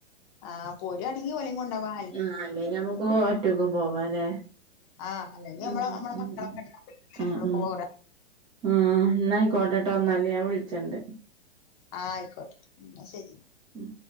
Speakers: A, on the left; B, on the right.
A: ആഹ് പോര്ആണെങ്കി ഓലിം കൊണ്ടവാ
B: ആഹ് അല്ലെങ്കി ഞമ്മക്ക് ഒറ്റക്ക് പോവാല്ലേ
A: ആഹ് അല്ലെങ്കി ഞമ്മളെ
B: ഉം
A: അമ്മളെ
B: ഉം
A: മക്കളൊക്കെ
B: ഉം
A: ഇണ്ടാവല്ലോ എല്ലാരുംകൂടെ
B: ആഹ് ആഹ്
A: പോരാ
B: ആഹ് ഇന്നാ ഐക്കോട്ടെട്ടോ ഇന്നാല് ഞാംവിൾച്ചണ്ട്
A: ആഹ് ഐക്കോട്ടെട്ടൊ ഇന്നാ ശെരി
B: ഉം